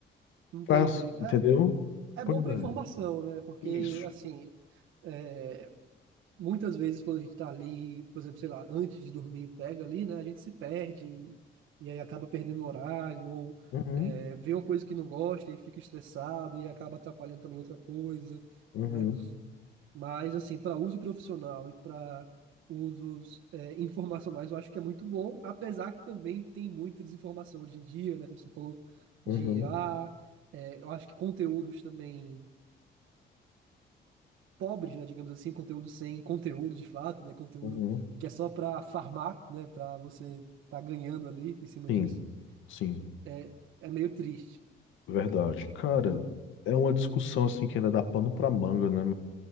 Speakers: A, on the right; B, on the left.
A: Entendi.
B: pra,
A: É,
B: entendeu?
A: é
B: Pois
A: bom para
B: é.
A: informação, né? Porque,
B: Isso.
A: assim, é, muitas vezes quando a gente tá ali, por exemplo, sei lá, antes de dormir, pega ali, né? A gente se perde e aí acaba perdendo o horário ou
B: Uhum,
A: é, vê uma coisa que não gosta e fica estressado e acaba atrapalhando também outra coisa,
B: uhum,
A: não é? Mas assim, para uso profissional e para usos é, informacionais, eu acho que é muito bom, apesar que também tem muita desinformação hoje em dia, né? Como você falou de
B: uhum,
A: IA, é, eu acho que conteúdos também pobres, né, digamos assim, conteúdo sem conteúdo de fato, né, conteúdo
B: uhum.
A: que é só para farmar, né, para você tá ganhando ali em cima
B: Sim,
A: disso,
B: sim,
A: é, é meio triste.
B: verdade. Cara, é uma discussão assim que ainda dá pano pra manga, né?